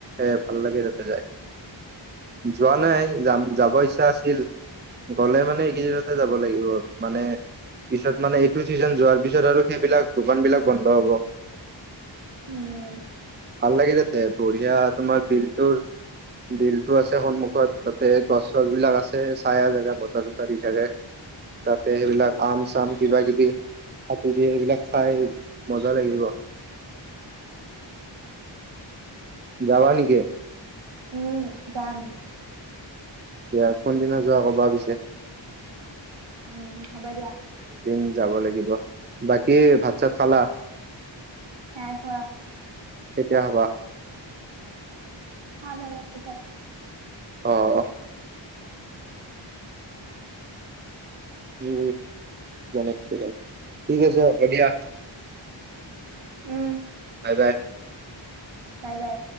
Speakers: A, on the right; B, on the right.
A: এ ভাল লাগে তাতে যায় যোৱা নাই যাম যাব ইচ্ছা আছিল গ'লে মানে এইকেইদিনতে যাব লাগিব মানে পিছত মানে এইটো চিজন যোৱাৰ পিছত আৰু সেইবিলাক দোকান বিলাক বন্ধ হ'ব।
B: উম।
A: ভাল লাগিল তাতে বঢ়িয়া তোমাৰ বিলটোৰ বিলটো আছে সন্মুখত তাতে গছ চছ বিলাক আছে চাইয়া জেগা বতাৰ চতাৰ দি থাকে তাতে সেইবিলাক আম চাম কিবা কিবি কাটি দে সেইবিলাক খাই মজা লাগিব। যাবা নেকি?
B: উম, যাম।
A: দিয়া কোনদিনা যোৱা ক'বা পিছে।
B: উম, হ'ব দিয়া।
A: এদিন যাব লাগিব, বাকী ভাত চাত খালা?
B: নাই পোৱা।
A: কেতিয়া হ'বা?
B: খাম অলপ পিছত।
A: অ'। কে এককেণ, ঠিক আছে হ'ব দিয়া।
B: উম।
A: বাই, বাই।
B: নাই নাই